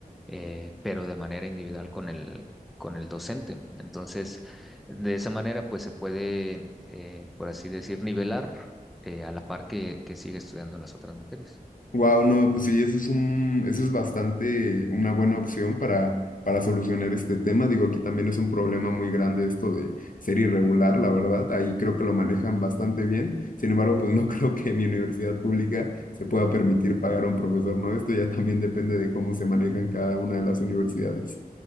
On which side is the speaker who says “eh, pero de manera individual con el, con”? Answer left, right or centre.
Centre